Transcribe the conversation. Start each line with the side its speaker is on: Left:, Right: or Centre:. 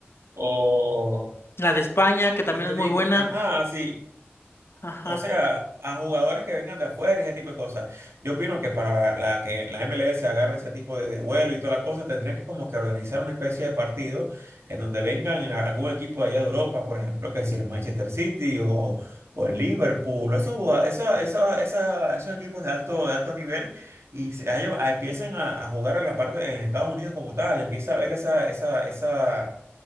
Right: o...
Left: La de España, que también
Right: ¿Qué te
Left: es
Right: digo?
Left: muy buena.
Right: Ajá, sí.
Left: Ajá.
Right: O sea, a jugadores que vengan de afuera, y ese tipo de cosas. Yo opino que para la que la MLS agarre ese tipo de, de vuelo y toda la cosa, tendría que como que organizar una especie de partido en donde vengan a- algún equipo de allá de Europa, por ejemplo, que si el Manchester City o, o el Liverpool, o esos, jugado- esa- esa- esa- esos equipos de alto, de alto nivel, y se- a ellos a- empiezan a, a jugar en la parte en Estados Unidos como tal, empieza a ver esa, esa, esa,